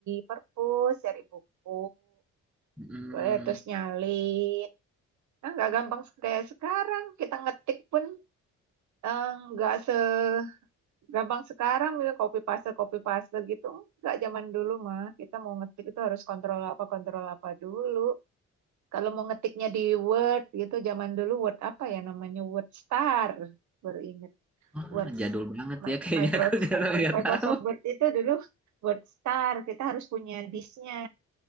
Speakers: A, on the right; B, in the centre.
A: perpus, cari buku,
B: Mm.
A: eh, terus nyalin. Nah, nggak gampang se- kayak sekarang. Kita ngetik pun eh, nggak segampang sekarang. Misalnya copy paste, copy paste gitu. Nggak zaman dulu mah. Kita mau ngetik itu harus kontrol apa, kontrol apa dulu. Kalau mau ngetiknya di Word gitu, zaman dulu Word apa ya namanya? Word Star. Baru ingat.
B: Ah,
A: Word
B: jadul banget
A: Mi-
B: ya kayaknya
A: Microsoft
B: aku <laughs> nggak tahu nggak
A: Microsoft
B: tahu.
A: Word itu dulu Word Star kita harus punya disknya